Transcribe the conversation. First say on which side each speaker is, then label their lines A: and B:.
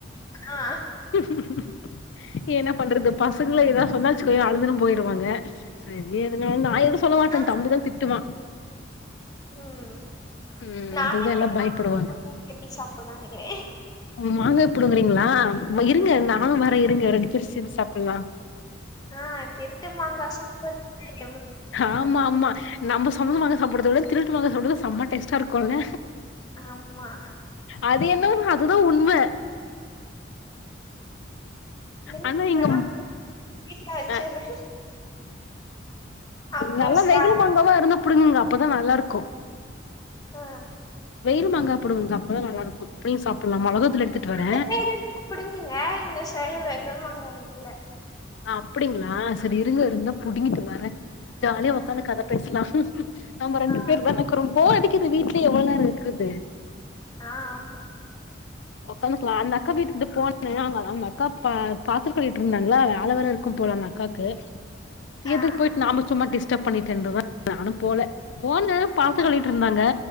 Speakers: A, on the left (about 20°); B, on the left (about 70°).
A: ஆ
B: <inaudible> என்ன பண்றது பசங்கள ஏதா சொன்னாச்சுக்கோயே அலுதுனு போயிருவாங்க செரி எதுன வந்து நா எது சொல்ல மாட்ட
A: ஆமா
B: தம்பிதா திட்டுவா
A: ம்
B: ம்
A: நான்
B: அதுக்குதா எல்லா பயப்படுவாங்க
A: வெஜ் <unintelligible> சாப்பலா நெனைக்கிற
B: மாங்கா புடுங்றீங்களா இருங்க நானுவர இருங்க ரெண்டு பேரோ சேந்து சாப்பலா
A: ஆ திருட்டு மங்கா சாப்பறதுக்கு எவ்ளோ ரூசியா
B: ஆமா
A: இருக்கு
B: ஆமா நம்ம சொந்த மாங்கா சாப்பட்றத விட திருட்டு மாங்க சாப்பட்றதுதா செமா டேஸ்டா இருக்குல்ல
A: ஆமா
B: அது என்னவோ அதுதா உண்ம
A: இருந்ததுனா
B: ஆனா இங்க
A: வீட்ல வச்சிர்றே
B: ஆ
A: அப்றோ
B: நல்லா
A: சா
B: வெகுலு மாங்க ப்பா இருந்த புடுங்குங்க அப்பதா நல்லாருக்கு
A: ஆ
B: வெயில் மாங்கா புடுங்குங்க்கா அப்பதா நல்லாருக்கு அப்டியே சாப்புல்லா மொளகாத்தூள் எடுத்துட்டு வர
A: அந்த சைடு இருந்தா புடுங்குங்க இந்த சைடு வெகுல்மாங்கா இல்ல
B: அப்புடிங்ளா சரி இருங்க இருந்தா புடுங்கிட்டு வர ஜாலியா உக்காந்து
A: ஆ
B: கத பேசலாம் நம்ப ரெண்டு
A: ஆ
B: பேர்தா எனக்கு ரொம்ப போர் அடிக்குது வீட்லயே எவ்ளோ நேரோ இருக்கர்து <inaudible>
A: ஆ ஆமா
B: உக்காந்துக்கலா அந்த அக்கா வீட்டுக்கிட்ட போன அங்க அந்த அக்கா ப பாத்திரக்கழுவிட்டு இருந்தாங்ளா அளவேற இருக்கும் போல அந்த அக்காக்கு
A: ஆ
B: எதுக்கு போயிட்டு நாம சும்மா டிஸ்டர்பப் பண்ணிட்டுன்றத்தா நானு போல போன பாத்ரோ
A: ஆ
B: கழுவிட்டு இருந்தாங்க